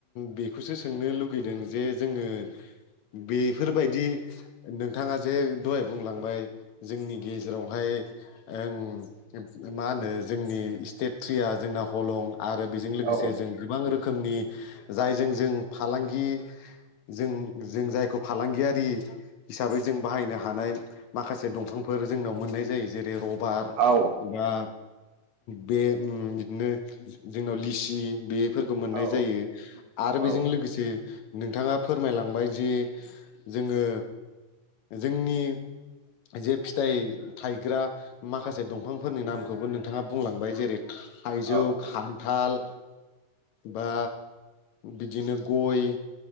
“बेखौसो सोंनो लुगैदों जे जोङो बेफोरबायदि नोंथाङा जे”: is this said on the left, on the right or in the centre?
Left